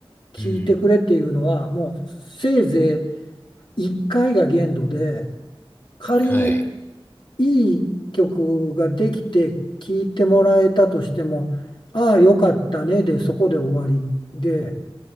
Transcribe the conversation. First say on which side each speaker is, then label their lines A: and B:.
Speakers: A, on the left; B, on the left.
A: 聞いてくれっていうのはもうせいぜ
B: うん、
A: い1回が限度で仮に
B: はい、
A: いい曲ができて聞いてもらえたとしてもああよかったねでそこで終わりで